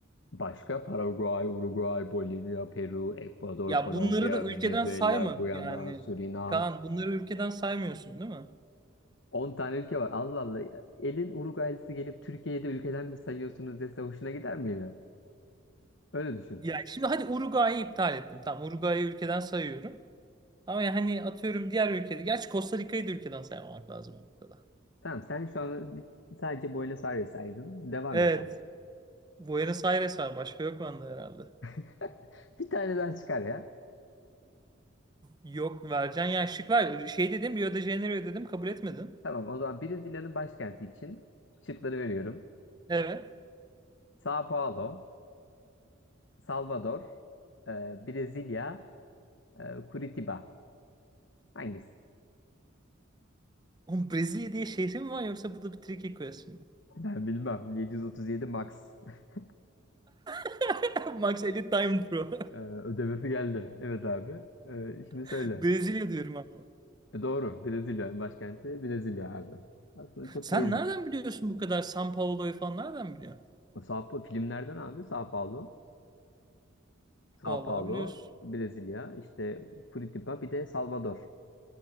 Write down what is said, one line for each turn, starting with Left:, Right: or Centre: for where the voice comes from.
Left: Başka Paraguay, Uruguay, Bolivya, Peru, Ekvador,
Right: Ya
Left: Kolombiya,
Right: bunları da ülkeden
Left: Venezuela,
Right: sayma.
Left: Guyana,
Right: Yani
Left: Surinam,
Right: Kaan bunları ülkeden saymıyorsun değil mi?
Left: 10 tane ülke var. Allah Allah. Elin Uruguaylısı gelip Türkiye'yi de ülkeden mi sayıyorsunuz dese hoşuna gider miydi? Öyle düşün.
Right: Ya şimdi hadi Uruguay'ı iptal ettim. Tamam Uruguay'ı ülkeden sayıyorum. Ama yani atıyorum diğer ülkede. Gerçi Costa Rica'yı da ülkeden saymamak lazım o noktada.
Left: Tamam sen şu an bir- sadece Buenos Aires saydın. Devam
Right: Evet.
Left: et kardeşim.
Right: Buenos Aires var. Başka yok bende herhalde.
Left: <laughs> Bir tane daha çıkar ya.
Right: Yok vereceksin. Yani şık ver. Şey dedim Rio de Janeiro dedim. Kabul etmedin.
Left: Tamam o zaman Brezilya'nın başkenti için şıkları veriyorum.
Right: Evet.
Left: São Paulo, Salvador, e, Brezilya, e, Curitiba. Hangisi?
Right: Oğlum Brezilya diye şehri mi var yoksa bu da bir tricky question mi?
Left: Ben bilmem. 737 Max. <laughs>
Right: <laughs> Max Edit Time Pro.
Left: E, ödemesi geldi. Evet abi. E, şimdi
Right: <laughs>
Left: söyle.
Right: Brezilya diyorum ama.
Left: E doğru. Brezilya başkenti Brezilya abi. Aslında çok
Right: Sen
Left: basic.
Right: nereden biliyorsun bu kadar São Paulo'yu falan nereden biliyorsun?
Left: Sao Paulo filmlerden abi Sao Paulo. Sao
Right: Vallahi
Left: Paulo,
Right: biliyorsun.
Left: Brezilya, işte Curitiba bir de Salvador.